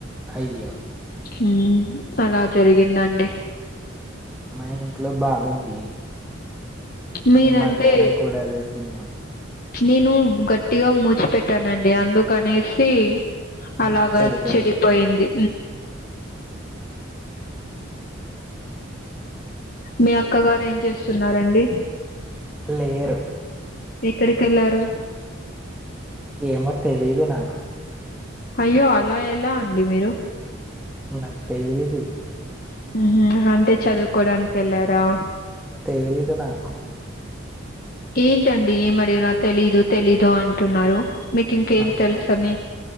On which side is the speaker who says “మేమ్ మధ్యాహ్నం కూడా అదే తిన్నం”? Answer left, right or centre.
Centre